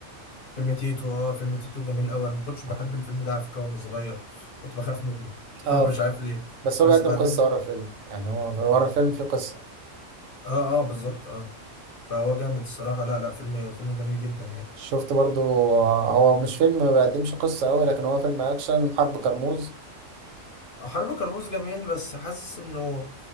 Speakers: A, on the left (about 50°); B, on the right (about 80°).
A: فيلم تيتو اه فيلم تيتو جميل قوي انا ما كنتش بحب
B: اه
A: الفيلم ده على فكره وانا صغير كنت بخاف منه
B: آه،
A: <laughs> مش عارف ليه
B: بس
A: بس
B: هو بيقدم
A: بعدين
B: قصه ورا الفيلم يعني هو في- ورا الفيلم في قصه
A: اه اه بالظبط اه فهو جامد الصراحه لا لا فيلم فيلم جميل جدا يعني
B: شفت برضو آه، هو مش فيلم ما بيقدمش قصه قوي لكن هو فيلم اكشن حرب كرموز
A: حرب كرموز جميل بس حاسس انه